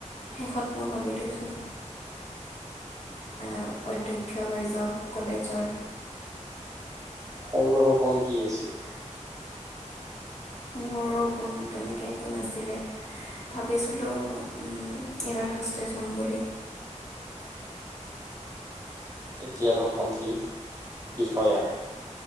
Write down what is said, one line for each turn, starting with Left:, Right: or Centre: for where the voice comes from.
Left: শেষত মই ভাবি থৈছোঁ। অ অধ্যক্ষ হৈ যাওঁ কলেজৰ।
Right: সৰুৰ সপোন কি আছিল?
Left: সৰুৰ সপোন তেনেকৈ একো নাছিলে ভাবিছিলোঁ এয়াৰ হোষ্টেজ হ'ম বুলি
Right: এতিয়াৰ সপোন কি বিষয়া